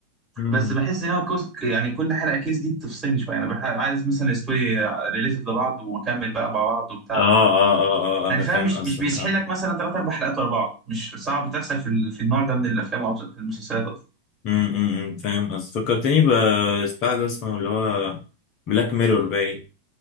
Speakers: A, on the left; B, on the right.
A: امم
B: بس بحس ان هو كوز يعني كل حلقه كيس دي بتفصلني شويه انا بح- عايز مثلا الستوري ريليتد لبعض واكمل بقى مع بعض وبتاع
A: اه اه اه اه
B: يعني
A: آه، انا
B: فاهم
A: فاهم
B: مش
A: قصدك
B: مش بيسحلك
A: اه
B: مثلا ثلاث اربع حلقات ورا بعض مش صعب تحصل في ال... في النوع ده من الافلام او في المسلسلات اصلا
A: أمم، أمم، أمم، فاهم قصدك فكرتني ببتاع ده اسمه اللي هو بلاك ميرور باين